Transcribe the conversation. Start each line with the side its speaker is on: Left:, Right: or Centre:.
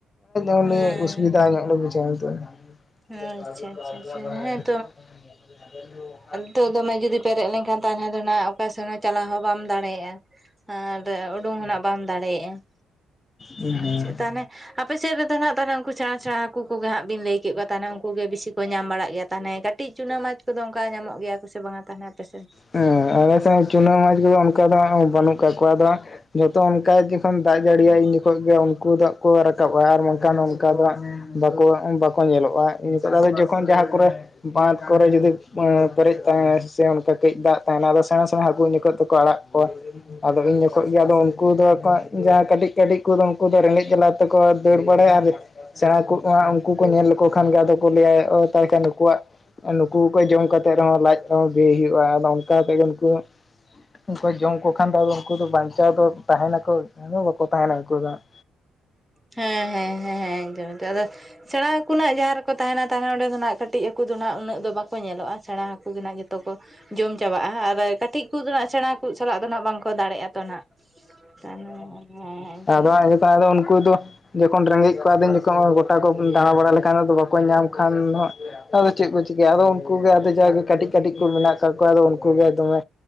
Left: ᱟᱱᱮ
Centre: ᱦᱮᱸ
Left: ᱚᱥᱩᱵᱤᱫᱟ ᱧᱚᱜ ᱞᱮ ᱵᱩᱡᱷᱟᱹᱣᱟ ᱱᱤᱛᱩ᱾ <unintelligible>
Centre: ᱟᱪᱪᱷᱟ ᱟᱪᱪᱷᱟ ᱟᱪᱪᱷᱟ ᱦᱮᱸ ᱱᱤᱛᱚᱜ ᱫᱚᱢᱮ ᱡᱩᱫᱤ ᱯᱮᱨᱮᱡ ᱞᱮᱱᱠᱷᱟᱱ ᱛᱟᱦᱚᱞᱮ ᱫᱚ ᱱᱦᱟᱜ ᱚᱠᱟ ᱥᱮᱱ ᱦᱚᱸ ᱪᱟᱞᱟᱣ ᱦᱚᱸ ᱵᱟᱢ ᱫᱟᱲᱮᱭᱟᱜᱼᱟ᱾ ᱟᱨ ᱩᱰᱩᱝ ᱦᱚᱸᱱᱟᱜ ᱵᱟᱢ ᱫᱟᱲᱮᱭᱟᱜᱼᱟ᱾
Left: ᱦᱮᱸ
Centre: ᱟᱪᱷᱟ ᱛᱟᱦᱚᱞᱮ ᱟᱯᱮ ᱥᱮᱫ ᱨᱮᱫᱚ ᱱᱟᱦᱟᱜ ᱛᱟᱦᱞᱮ ᱩᱱᱠᱩ ᱥᱮᱬᱟ ᱥᱮᱬᱟ ᱦᱟᱹᱠᱩ ᱠᱚᱜᱮ ᱦᱟᱸᱜ ᱵᱤᱱ ᱞᱟᱹᱭ ᱠᱮᱜ ᱛᱟᱦᱮᱱᱟ ᱩᱱᱠᱩ ᱜᱮ ᱵᱮᱥᱤ ᱠᱚ ᱧᱟᱢ ᱵᱟᱲᱟᱜ ᱜᱮᱭᱟ ᱛᱟᱦᱮᱸᱱᱟ ᱠᱟᱹᱴᱤᱡ ᱪᱩᱱᱟ ᱢᱟᱪ᱾ ᱠᱚᱫᱚ ᱚᱱᱠᱟ ᱧᱟᱢᱚᱜ ᱜᱮᱭᱟ ᱠᱚ ᱥᱮ ᱵᱟᱝᱟ ᱛᱟᱦᱮᱱᱟ ᱟᱯᱮ ᱥᱮᱱ?
Left: ᱦᱮᱸ ᱟᱞᱮ ᱥᱮ ᱦᱚᱸ ᱪᱩᱱᱟᱹ ᱢᱟᱪᱷ ᱠᱚᱫᱚ ᱚᱱᱠᱟ ᱫᱚ ᱦᱟᱸᱜ ᱵᱟᱹᱱᱩᱜ ᱠᱟᱜ ᱠᱚᱣᱟ, ᱟᱫᱚ ᱡᱚᱛᱚ ᱚᱱᱠᱟ ᱡᱚᱠᱷᱚᱱ ᱫᱟᱜ ᱡᱟᱹᱲᱤᱭᱟᱭ ᱤᱱ ᱡᱚᱠᱷᱚᱡ ᱜᱮ ᱩᱱᱠᱩ ᱫᱚᱦᱟᱜ ᱠᱚ ᱨᱟᱠᱟᱵᱼᱟ ᱟᱨ ᱵᱟᱝᱠᱷᱟᱱ ᱚᱱᱠᱟ ᱫᱚ ᱦᱟᱜ ᱵᱟᱠᱚ ᱵᱟᱠᱚ ᱧᱮᱞᱚᱜᱼᱟ ᱱᱤᱛᱚᱜ ᱫᱚ ᱟᱫᱚ ᱡᱚᱠᱷᱚᱱ ᱡᱟᱦᱟᱸ ᱠᱚᱨᱮ ᱵᱟᱸᱫ ᱠᱚᱨᱮ ᱡᱩᱫᱤ ᱮᱸ ᱯᱮᱨᱮᱡ ᱛᱟᱦᱮᱸᱱᱟᱭ ᱥᱮ ᱚᱱᱠᱟ ᱠᱟᱹᱡ ᱫᱟᱜ ᱛᱟᱦᱮᱱᱟ ᱟᱫᱚ ᱥᱮᱬᱟ ᱥᱮᱬᱟ ᱦᱟᱹᱠᱩ ᱩᱱᱡᱚᱠᱷᱟᱹᱡ ᱛᱮᱠᱚ ᱟᱲᱟᱜ ᱠᱚᱣᱟ᱾ ᱟᱫᱚ ᱤᱧ ᱡᱚᱠᱷᱚᱡ ᱜᱮ ᱟᱫᱚ ᱩᱱᱠᱩ ᱫᱚ ᱠᱚᱸᱡ ᱡᱟᱦᱟᱸᱭ ᱠᱟᱹᱴᱤᱡ ᱠᱟᱹᱴᱤᱡ ᱠᱚᱫᱚ ᱩᱱᱠᱩ ᱫᱚ ᱨᱮᱸᱜᱮᱡ ᱡᱟᱞᱟᱛᱼᱼ ᱛᱮᱠᱚ ᱫᱟᱹᱲ ᱵᱟᱲᱟᱭᱟ ᱟᱨ ᱥᱮᱬᱟ <unintelligible> ᱼᱼ ᱠᱩ ᱠᱚ ᱧᱮᱞ ᱞᱮᱠᱚ ᱠᱷᱟᱱ ᱜᱮ ᱟᱫᱚ ᱠᱚ ᱞᱟᱹᱭᱟ ᱚ ᱛᱟᱦᱞᱮ ᱠᱷᱟᱱ ᱱᱩᱠᱩᱣᱟᱜ ᱱᱩᱠᱩ ᱠᱚ ᱡᱚᱢ ᱠᱟᱛᱮ ᱨᱮᱦᱚᱸ ᱞᱟᱡ ᱫᱚ ᱵᱤᱭ ᱦᱩᱭᱩᱜᱼᱟ, ᱟᱫᱚ ᱚᱱᱠᱟ ᱛᱮᱜᱮ ᱩᱱᱠᱩ ᱩᱱᱠᱩ ᱡᱚᱢ ᱠᱚ ᱠᱷᱟᱱ ᱫᱚ ᱟᱫᱚ ᱩᱱᱠᱩ ᱫᱚ ᱵᱟᱧᱪᱟᱣ ᱫᱚ ᱛᱟᱦᱮ ᱱᱟᱠᱚ? ᱟᱫᱚ ᱵᱟᱠᱚ ᱛᱟᱦᱮᱱᱟ ᱩᱱᱠᱩ ᱫᱚ ᱾
Centre: ᱦᱮᱸ, ᱦᱮᱸ, ᱦᱮᱸ, ᱦᱮᱸ, ᱮᱠᱫᱚᱢ, ᱮᱫᱚᱢ ᱟᱫᱚ ᱥᱮᱬᱟ ᱦᱟᱠᱚ ᱱᱟᱦᱟᱜ ᱡᱟᱦᱟᱸ ᱨᱮᱠᱚ ᱛᱟᱦᱮᱱᱟ ᱛᱟᱦᱮᱸ ᱚᱸᱰᱮ ᱫᱚ ᱱᱟᱜᱟᱜ ᱠᱟᱹᱴᱼᱼ ᱴᱤᱡ ᱦᱟᱹᱠᱩ ᱫᱚ ᱱᱟᱦᱟᱜ ᱩᱱᱟᱹᱜ ᱫᱚ ᱵᱟᱠᱚ ᱧᱮᱞᱚᱜᱼᱟ ᱥᱮᱬᱟ ᱦᱟᱹᱠᱩ ᱜᱮ ᱱᱟᱦᱟᱜ ᱡᱚᱛᱚ ᱠᱚ ᱡᱚᱢ ᱪᱟᱵᱟᱜᱼᱟ ᱾ᱟᱨ ᱠᱟᱹᱴᱤᱡ ᱠᱚ ᱫᱚ ᱱᱟᱜ ᱥᱮᱬᱟ ᱠᱩᱡ ᱥᱟᱞᱟᱜ ᱫᱚ ᱱᱟᱦᱟᱜ ᱵᱟᱝᱠᱚ ᱫᱟᱲᱮᱜᱼᱟᱛᱚ ᱱᱟᱦᱟᱜ᱾ <unintelligible> ᱦᱮᱸ ᱮᱠᱫᱚᱢ
Left: ᱟᱫᱚ
Centre: ᱮᱠᱫᱚᱢ
Left: ᱦᱟᱸᱜ <unintelligible> ᱫᱚ ᱩᱱᱠᱩ ᱫᱚ ᱡᱚᱠᱷᱚᱱ ᱨᱮᱸᱜᱮᱡ ᱠᱚᱣᱟ ᱫᱤᱱ ᱡᱚᱠᱷᱚ ᱦᱚᱸ ᱜᱚᱴᱟ ᱠᱚ ᱫᱟᱬᱟ ᱵᱟᱲᱟ ᱞᱮᱠᱷᱟᱱ ᱟᱫᱚ ᱵᱟᱠᱚ ᱧᱟᱢ ᱠᱷᱟᱱ ᱫᱚ ᱦᱟᱸᱜ ᱟᱫᱚ ᱪᱮᱫ ᱠᱚ ᱪᱤᱠᱟᱹᱭᱟ ᱟᱫᱚ ᱩᱱᱠᱩ ᱜᱮ ᱟᱫᱚ ᱡᱟᱜᱮ ᱠᱟᱴᱤᱡ ᱠᱟᱴᱤᱡ ᱠᱚ ᱢᱮᱱᱟᱜ ᱠᱟᱫ ᱠᱚᱣᱟ ᱟᱫᱚ ᱩᱱᱠᱩ ᱜᱮ ᱫᱚᱢᱮ